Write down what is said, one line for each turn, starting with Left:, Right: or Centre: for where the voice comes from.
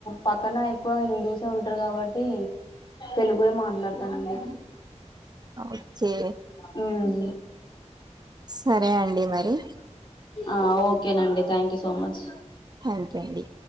Left: పక్కన ఎక్కువ హిందూసే ఉంటరు కాబట్టి తెలుగే మాట్లాడతానండి
Right: ఓకే
Left: హ్మ్
Right: సరే అండి మరి
Left: ఆ ఓకేనండి thank you so much
Right: thank you అండి